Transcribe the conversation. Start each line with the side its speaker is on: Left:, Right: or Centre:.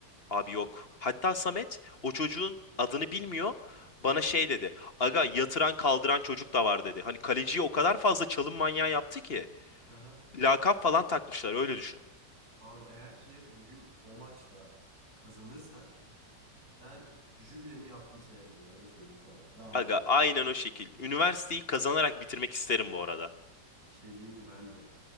Left: Abi yok. Hatta Samet o çocuğun adını bilmiyor. Bana şey dedi. Aga yatıran kaldıran çocuk da var dedi. Hani kaleciyi o kadar fazla çalım manyağı yaptı ki.
Right: Aha.
Left: Lakap falan takmışlar öyle düşün.
Right: Abi eğer ki bugün o maçta kazanırsak ben jübilemi yaptım sayarım ya öyle söyleyeyim sana. Daha oynamam.
Left: Aga aynen o şekil. Üniversiteyi kazanarak bitirmek isterim bu arada.
Right: Bir şey diyeyim mi ben de.